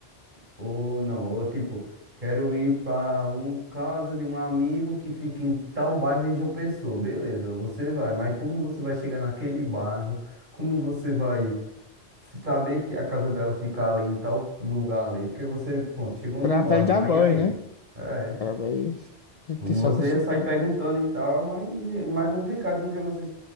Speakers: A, on the right (about 50°); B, on the left (about 45°).
A: ou não, ou tipo, quero ir para uma casa de um amigo que fica em tal bairro em João Pessoa. Beleza, você vai, mas como você vai chegar naquele bairro? Como você vai saber que a casa dela fica ali em tal lugar ali? Porque você, pronto, chegou
B: Através
A: num bairro,
B: da
A: mas
B: voz,
A: e aí?
B: né?
A: É.
B: Através. A gente
A: Você
B: só conseguir.
A: ia sair perguntando e tal, mas é mais complicado do que você